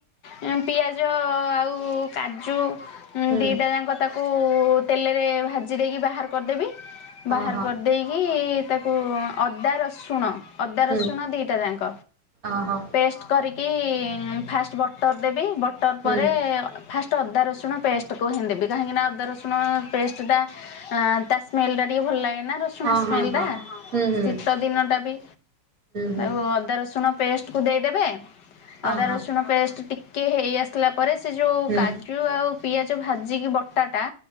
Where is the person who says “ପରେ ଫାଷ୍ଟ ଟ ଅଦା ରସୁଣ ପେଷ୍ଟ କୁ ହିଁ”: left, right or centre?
Left